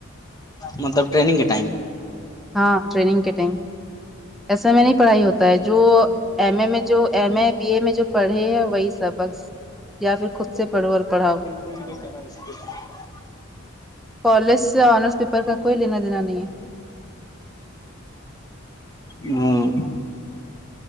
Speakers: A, on the left; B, in the centre.
A: مطلب ٹریننگ کے ٹائم
B: ہاں ٹرینگ کے ٹائم ایسے میں نہیں پڑھائی ہوتا ہے جو ایم ا میں جو ایم اے بی اے میں جو پڑھے ہیں وہی سبق یا پھر خود سے پڑھو اور پڑھاؤ
A: <unintelligible>
B: کالج سے آنرس پیپر کا کوئی لینا دینا نہیں ہے
A: <inaudible>